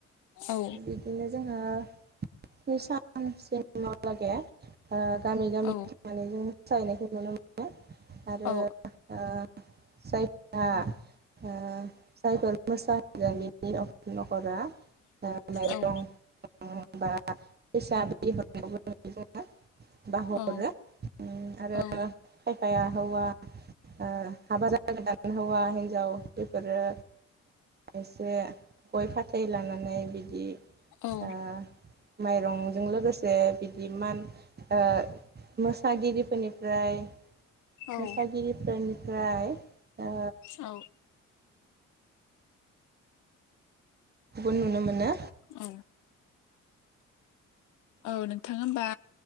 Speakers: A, on the left (about 75°); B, on the right (about 35°).
A: औ
B: बिदिनो जोङो स्नि सान सिमाव लगे ओ गामि गामि
A: औ
B: थांनानै जों मोसाहैनायखौ नुनो मोन नो आरो
A: औ
B: ओ जायफोरा ओ जायफोर मोसाहैदों बेनि न'खरा ओ माइरं
A: औ
B: बा फैसा बि <unintelligible> बा हरो
A: औ
B: उम आरो
A: औ
B: खायफाया हौवा ओ हाबा जागोदान हौवा हिन्जाव बेफोरो एसे गय फाथै लानानै बिदि
A: औ
B: ओ माइरंजों लोगोसे बिदि मान ओ मोस सागिरिफोरनिफ्राय
A: औ
B: मोसागिरिफोरनिफ्राय ओ
A: औ
B: खौबो नुनो मोनो
A: औ औ नोंथां होमबा